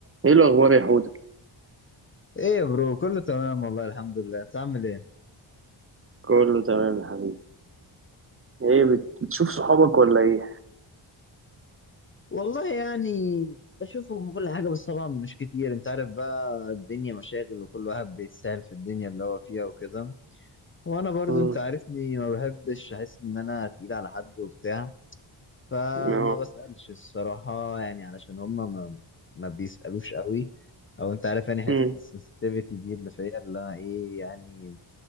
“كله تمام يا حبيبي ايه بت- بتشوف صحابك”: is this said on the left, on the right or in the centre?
Right